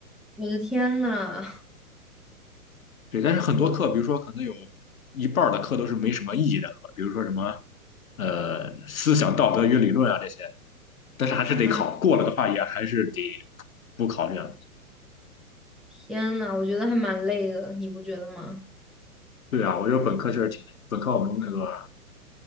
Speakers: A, in the centre; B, on the left (about 65°).
A: 我的天呐，
B: 对，但是很多课，
A: 我
B: 比如说可能有一半儿的课都是没什么意义的课，比如说什么呃思想道德与理论啊这些，但是还是得考，
A: 啊
B: 过了的话也还是得不考这样。
A: 天呐，我觉得还蛮累的，你不觉得吗？
B: 对啊，我觉得本科确实挺累，本科我们那个